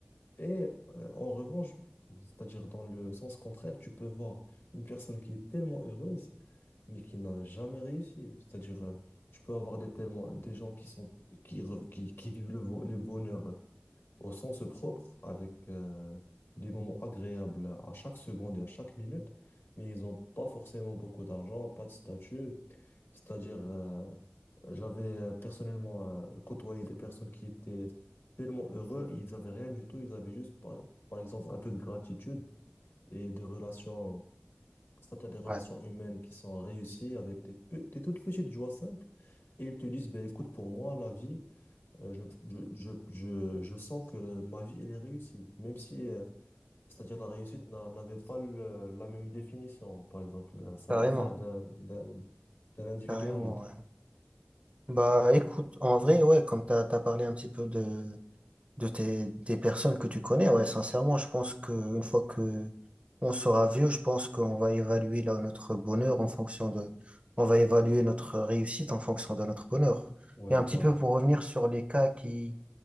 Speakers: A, on the left; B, on the right.
A: Et euh, en revanche, c'est-à-dire dans le sens contraire, tu peux voir une personne qui est tellement heureuse, mais qui n'a jamais réussi. C'est-à-dire, euh, tu peux avoir des, tellement, des gens qui sont, qui, re- qui, qui vivent le, vo- le bonheur au sens propre, avec euh, des moments agréables à chaque seconde et à chaque minute, mais ils n'ont pas forcément beaucoup d'argent, pas de statut. C'est-à-dire, euh, j'avais euh, personnellement euh, côtoyé des personnes qui étaient tellement heureux, ils n'avaient rien du tout, ils avaient juste, par, par exemple, un peu de gratitude et des relations, c'est-à-dire des relations
B: Ouais,
A: humaines qui sont réussies avec des, pe- des toutes petites joies simples. Et ils te disent, ben écoute, pour moi, la vie, euh, je, je, je, je, je sens que euh, ma vie, elle est réussie. Même si, euh, c'est-à-dire, la réussite n'a- n'avait pas le- la même définition, par exemple. Euh, Ça
B: carrément,
A: diffère d'un, d'un, d'un individu
B: carrément,
A: à un autre.
B: ouais. Bah, écoute, en vrai, ouais, comme t'as, t'as parlé un petit peu de, de tes, des personnes que tu connais, ouais, sincèrement, je pense que une fois que on sera vieux, je pense qu'on va évaluer là, notre bonheur en fonction de, on va évaluer notre réussite en fonction de notre bonheur.
A: Ouais,
B: Et un
A: voilà.
B: petit peu pour revenir sur les cas qui,